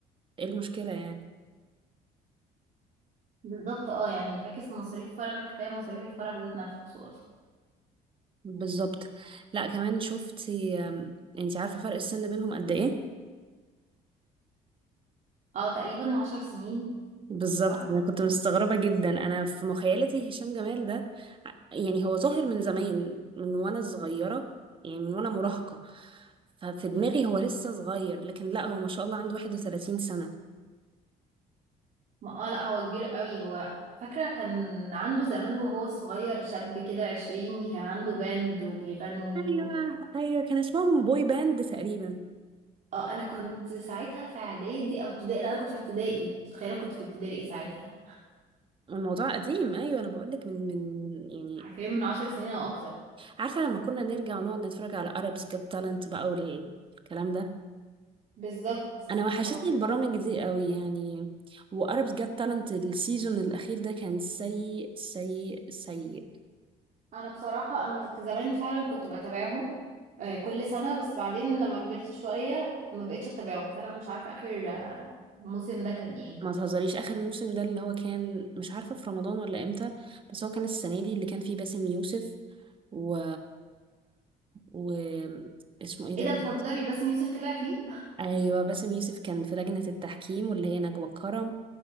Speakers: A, on the right; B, on the right.
A: المشكلة يعني
B: بالظبط اه يعني فاكس مصاريف فرحك كفايه مصاريف الفرح ذات نفسه اصلا
A: بالظبط لأ كمان شفتي أم، انتي عارفة فرق السن بينهم قد ايه
B: اه تقريبا عشر سنين
A: بالظبط
B: صح
A: انا كنت مستغربه جدا انا في مخيلتي هشام جمال ده ع- يعني هو ظاهر من زمان من وانا صغيره يعني من وانا مراهقه ففي دماغي هو لسه صغير لكن لا هو ما شاء الله عنده 31 سنه
B: ما اه لا هو كبير قوي هو فاكره كان عنده زمان وهو صغير شاب كده عشريني كان عنده باند وبيغني
A: ايوه
B: و...
A: ايوه كان اسمهم بوي باند تقريبا
B: اه انا كنت ساعتها في اعدادي او ابتدائي لا انا كنت في ابتدائي متخيله كنت في ابتدائي ساعتها
A: الموضوع قديم ايوه انا بقول لك من من يعني
B: حرفيا من عشر سنين او اكتر
A: عارفه لما كنا نرجع ونقعد نتفرج على Arabs Got Talent بقى والكلام ده
B: بالظبط
A: انا وحشتني
B: هو
A: البرامج دي قوي يعني واربس جت تالنت السيزون الاخير ده كان سيء سيء سيء
B: انا بصراحه انا ك- زمان فعلا كنت بتابعهم آه، كل سنه بس بعدين لما كبرت شويه ما بقتش اتابعهم فانا مش عارفه اخر آه، الموسم ده كان ايه
A: ما تهزريش اخر موسم ده اللي هو كان مش عارفه في رمضان ولا امتى بس هو كان السنه دي اللي كان فيه باسم يوسف و و اسمه ايه
B: ايه
A: ده
B: ده
A: الم-
B: بتهزري باسم يوسف طلع فيه
A: ايوه باسم يوسف كان في لجنه التحكيم واللي هي نجوى الكرم